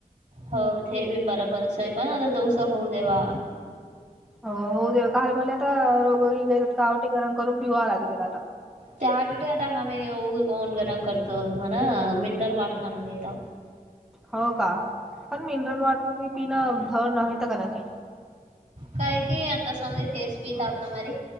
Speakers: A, on the right (about 55°); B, in the centre.
A: हो ते बी बरोबर असंय पण आता
B: आत
A: दोस होऊ देवा
B: हो हो दे काल म आता रोगगयात कावट गार कर र पिगवा आला गेला आता
A: त्या आठडे आता हमही उघ कोन गरम करतो म्हणा मिनरल वॉटर आणून घेतेतो
B: हो का पण मिनरल वॉटर ब पिणं धड नवत काण की
A: काय की आता समज तेस पीता आपला मारी